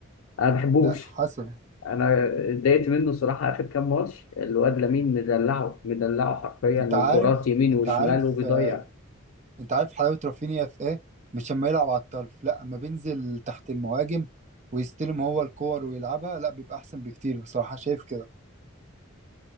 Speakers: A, on the left (about 75°); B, on the right (about 35°).
A: انا ما بحبوش
B: ده حصل
A: انا اتضايقت منه الصراحه اخر كام ماتش الواد لامين مدلعه مدلعه حرفيا
B: انت
A: وكرات
B: عارف
A: يمين
B: انت
A: وشمال
B: عارف
A: وبيضيع
B: آه، انت عارف حلاوه رافينيا في ايه مش لما يلعب على الطرف لا اما بينزل تحت المهاجم ويستلم هو الكور ويلعبها لا بيبقى احسن بكتير بصراحه شايف كده